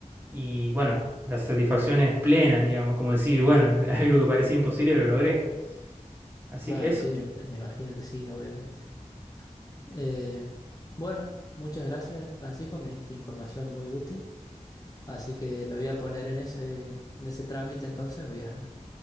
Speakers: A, on the right; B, on the left.
A: Y bueno, la satisfacción es plena, digamos, como decir, bueno, <laughs> algo que parecía imposible lo logré. Así
B: Claro,
A: que eso,
B: sí, me, me imagino que sí, obviamente. Eh, bueno, muchas gracias, Francisco, me diste información muy útil, así que me voy a poner en ese, en ese trámite entonces, voy a